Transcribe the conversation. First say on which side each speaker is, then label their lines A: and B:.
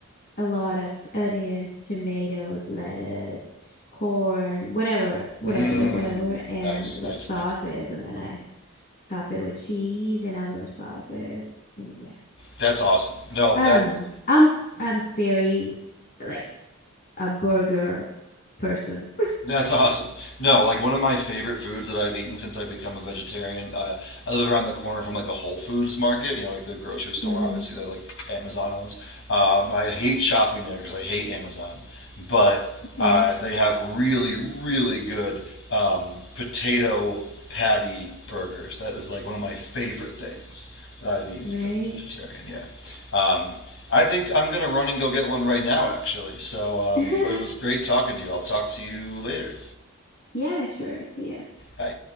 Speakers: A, on the left (about 40°); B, on the left (about 65°).
A: a lot of onions, tomatoes, lettuce, corn, whatever, whatever,
B: Mmm.
A: whatever, and
B: Nice,
A: with
B: nice,
A: sauces.
B: nice.
A: And then I top it with cheese and other sauces. And yeah,
B: That's awesome. No,
A: I
B: that's
A: don't know. I'm I'm very like a burger person.
B: That's awesome. No, like one of my favorite foods that I've eaten since I've become a vegetarian. Uh, I live around the corner from like a Whole Foods market, you know, like the grocery store,
A: hmm
B: obviously, that like Amazon owns. Um, I hate shopping there because I hate Amazon, but
A: Okay,
B: uh, they have really, really good um, potato patty burgers. That is like one of my favorite things that I've eaten
A: right?
B: since I've been vegetarian. Yeah. Um, I think I'm gonna run and go get one right now, actually. So,
A: <laughs>
B: um, but it was great talking to you. I'll talk to you later.
A: Yeah, sure. See ya.
B: Bye.